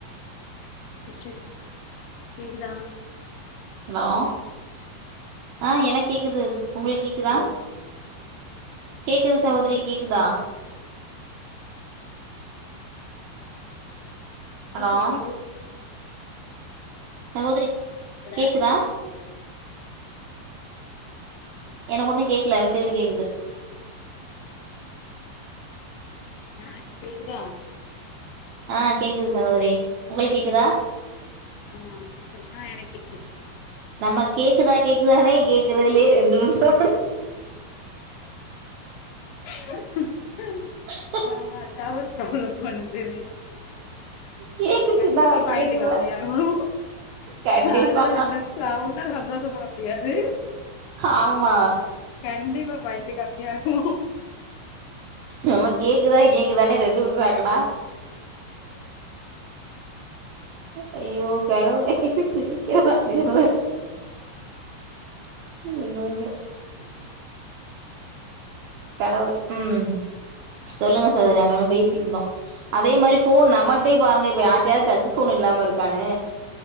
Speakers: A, on the left (about 80°); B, on the right (about 80°).
A: சிஸ்டர் கேக்குதா
B: ஹலோ ஆ எனக் கேக்குது உங்களுக் கேக்குதா
A: ஹலோ
B: கேக்குது சகோதரி கேக்குதா ஹலோ
A: கேக்கு <unintelligible>
B: சகோதரி
A: இதுல
B: கேக்குதா எனக்கு ஒண்ணு கேக்கல விட்டு விட்டு கேக்குது
A: ஆ கேக்குதா
B: ஆ கேக்குது சகோதரி உங்களுக் கேக்குதா
A: ம் ஆ எனக் கேக்குது
B: நம்ம கேக்குதா கேக்குதானே கேக்குறதுலே ரெண்டு நிமிசம்
A: <inaudible>
B: ஆ
A: அத அத டவர் பரப்பளவு பன்னுது
B: கேக்குதா
A: கண்டிப்பா பாயிண்ட்
B: கேக்குதா
A: கம்மியாகு
B: கண்டிப்பா
A: அதுல்லாம் ரெண்டும் சவ்ண்ட சந்தோஷ பட முடியாது
B: ஆமா
A: கண்டிப்பா பாயிண்ட் கம்மியாகும்
B: நம்ம கேக்குதா கேக்குதானே ரெண்டு நிமிசம் ஆக்குனா அய்யோ கடவுளே சிரிக்கறத தெரியலே அய்யோ அய்யோ கடவுளே ம் சொல்லுங்க சகோதரி நம்ம ஏதோ பேசிட்டுந்தோ அதே மாரி போன் நம்மள்ட்டே பாருங்க இப்ப யாருட்டயாவது டச் போன் இல்லாம இருக்கானு